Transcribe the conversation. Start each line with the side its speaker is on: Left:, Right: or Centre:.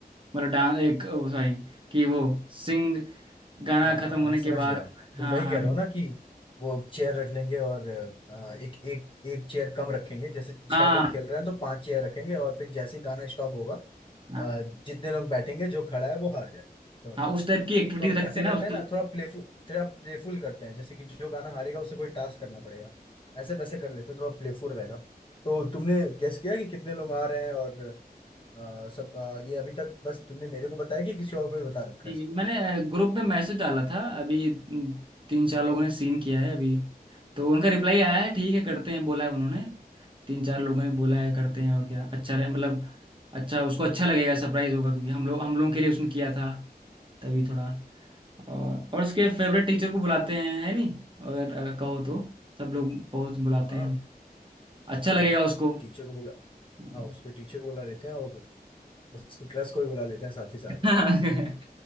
Right: मतलब डांस एक सॉरी कि वो सिंग गाना
Left: हाँ
Right: खत्म होने
Left: मैं समझ
Right: के बाद
Left: गया
Right: हाँ
Left: तुम वही
Right: हाँ
Left: कह रहे हो ना कि वो चेयर रख लेंगे और अ, एक एक एक चेयर कम रखेंगे जैसे छह
Right: हाँ
Left: लोग खेल रहे हैं तो पांच चेयर रखेंगे और फिर जैसे ही गाना स्टॉप होगा
Right: हाँ
Left: अ, जितने लोग बैठेंगे जो खड़ा है वो हार जाए समझ
Right: हाँ
Left: गया
Right: उस टाइप की एक्टिविटीज
Left: तो हम
Right: रखते
Left: ऐसे
Right: हैं
Left: करते
Right: ना उसकी
Left: हैं ना थोड़ा प्लेफुल थोड़ा प्लेफुल करते हैं जैसे कि जो गाना हारेगा उसे कोई टास्क करना पड़ेगा ऐसे वैसे कर लेते हैं थोड़ा प्लेफुल रहेगा तो तुमने गेस किया कि कितने लोग आ रहे हैं और अ, सब अ, ये अभी तक बस तुमने मेरे को बताया कि किसी और को भी बता रखा
Right: ठीक
Left: है इसके
Right: है। मैंने ग्रुप में मैसेज डाला था अभी उम, तीन चार लोगों ने सीन किया है अभी तो उनका रिप्लाई आया है ठीक है करते हैं बोला है उन्होंने तीन चार लोगों ने बोला है करते हैं और क्या अच्छा रहे मतलब अच्छा उसको अच्छा लगेगा सरप्राइज होगा क्योंकि हम लोग हम लोगों के लिए उसने किया था तभी थोड़ा और और उसके फेवरेट टीचर को बुलाते हैं है नहीं अगर अ, कहो तो सब लोग बहुत बुलाते
Left: बारे
Right: हैं
Left: में?
Right: अच्छा लगेगा
Left: हाँ उस
Right: उसको
Left: टीचर को बुला
Right: हाँ,
Left: हाँ उसके टीचर को बुला लेते हैं और उसकी क्लास को भी बुला लेते हैं साथ ही साथ
Right: <laughs>